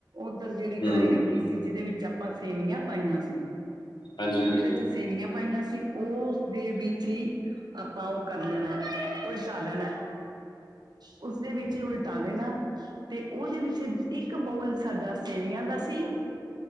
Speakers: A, on the right; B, on the left.
A: ਉੱਧਰ ਜਿਹੜੀ
B: ਹੂੰ,
A: ਕੜਾਈ ਰੱਖੀ
B: ਹਾਂਜੀ-ਹਾਂਜੀ,
A: ਸੀ ਜਿਹਦੇ ਵਿੱਚ ਆਪਾਂ ਸੇਵੀਆਂ ਪਾਈਆਂ ਸੀ,
B: ਹਾਂਜੀ-ਹਾਂਜੀ,
A: ਜਿਹਦੇ ਚ ਸੇਵੀਆਂ ਪਾਈਆਂ ਸੀ ਉਸਦੇ ਵਿੱਚ ਹੀ ਆਪਾਂ ਉਹ ਕਰ ਲੈਣਾ ਉਲਟਾ ਲੈਣਾ ਉਸਦੇ ਵਿੱਚ ਹੀ ਉਲਟਾ ਦੇਣਾ ਤੇ ਉਹਦੇ ਵਿੱਚ ਇੱਕ ਬੋਊਲ ਸਾਡਾ ਸੇਵੀਆਂ ਦਾ ਸੀ